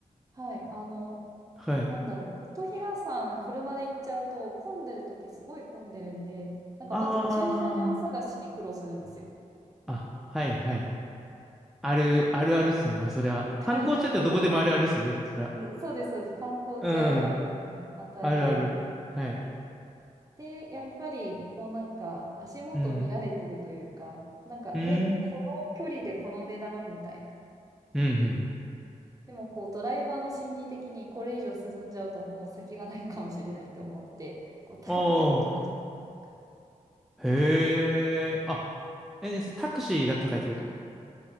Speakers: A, on the right (about 25°); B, in the centre.
A: はい、あの、
B: はい。
A: なんだろう、琴平さん、車で行っちゃうと、混んでるときすごい混んでるんで、なんかまず駐車場探しに苦労するんですよ。
B: ああ。あ、はい、はい。ある、あるあるっすね。まあ、それは。
A: <laughs>
B: 観光地だったらどこでもあるあるっすよね。
A: そうです。
B: それは。
A: <laughs> でそうです、そうです。観光地あるある
B: うん。
A: あたり。
B: あるある。はい。
A: で、やっぱり、こうなんか、足元見られてるというか、
B: うん。
A: なんか、
B: うん。
A: え、この距離でこの値段みたいな。
B: うん、うん。
A: でも、こう、ドライバーの心理的に、これ以上進んじゃうと、もう先がないかもしれないと思って、こう、高くても止めちゃうじゃないですか。
B: ああ。へえ。あ、え、タクシーが高いってこと